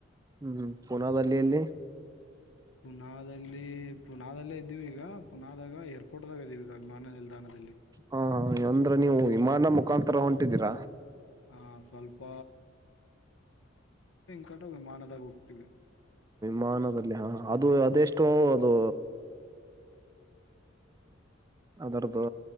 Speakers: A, on the right (about 20°); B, on the left (about 80°).
A: ಹ್ಮ್ ಹ್ಮ್ ಪುನಾದಲ್ಲಿ ಎಲ್ಲಿ
B: ಪುನಾದಲ್ಲಿ ಪುನಾದಲ್ಲೇ ಇದ್ದೀವಿ ಈಗ ಪುನಾದಾಗ ಏರ್ಪೋರ್ಟ್ದಾಗ ಇದೀವಿ ಈಗ ವಿಮಾನ ನಿಲ್ದಾಣದಲ್ಲಿ.
A: ಹಾ ಅಂದ್ರೆ ನೀವು ವಿಮಾನ ಮುಖಾಂತರ ಹೊಂಟಿದೀರ.
B: ಆ ಸ್ವಲ್ಪ ಕಟ ವಿಮಾನದಾಗ್ ಹೊ ತಿವಿ.
A: ಮಾನದಲ್ಲ <unintelligible> ಹಾ ಅದು ಅದೆಷ್ಟು ಅದು ಅದಾರದ್ದು